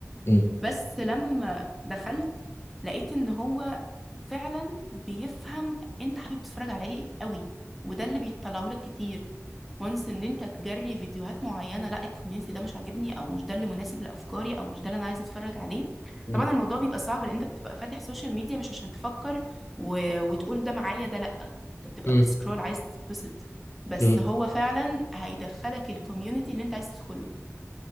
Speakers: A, on the left; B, in the centre.
A: مم.
B: بس لما دخلت لقيت ان هو فعلا بيفهم انت حابب تتفرج على ايه قوي وده اللي بيطلعه لك كتير وانس ان انت تجري فيديوهات معينه لا الكوميونتي ده مش عاجبني او مش ده اللي مناسب لافكاري او مش ده اللي انا عايزه اتفرج عليه
A: مم.
B: طبعا الموضوع بيبقى صعب لان انت بتبقى فاتح سوشيال ميديا مش عشان تفكر و... وتقول ده معايا ده لا انت بتبقى
A: مم.
B: بتسكرول عايز تتبسط بس
A: مم.
B: هو فعلا هيدخلك الكوميونتي اللي انت عايز تدخله